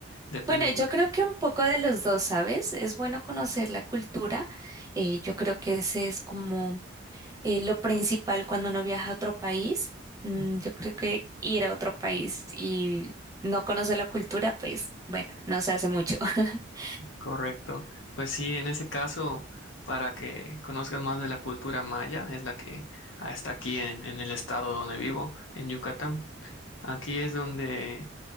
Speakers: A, on the left; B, on the right.
A: Depende
B: Bueno,
A: de
B: yo
A: lo
B: creo que un poco de los dos, ¿sabes? Es bueno conocer la cultura. eh, yo creo que ese es como eh, lo principal cuando uno viaja a otro país. Mm,
A: que...
B: yo creo que ir a otro país y no conocer la cultura, pues bueno, no se hace mucho. <laughs>
A: Correcto. Pues sí, en ese caso, para que conozcas más de la cultura maya, es la que ah, está aquí en, en el estado donde vivo, en Yucatán. Aquí es donde